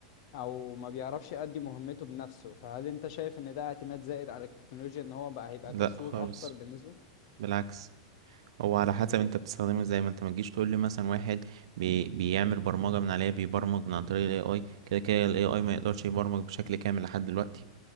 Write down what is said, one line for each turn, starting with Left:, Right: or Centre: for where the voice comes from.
Left: او ما بيعرفش يأدي مهمته بنفسه فهل انت شايف ان ده اعتماد زائد على التكنولوجيا ان هو بقى هيبقى
Right: لا
Left: كسول
Right: خالص
Left: اكتر بالنسبه
Right: بالعكس هو على حسب انت بتستخدمه ازاي ما انت ما تجيش تقول لي مثلا واحد بي بيعمل برمجة من عليها بيبرمج من عن طريق ال AI كده كده ال AI ما يقدرش يبرمج بشكل كامل لحد دلوقتي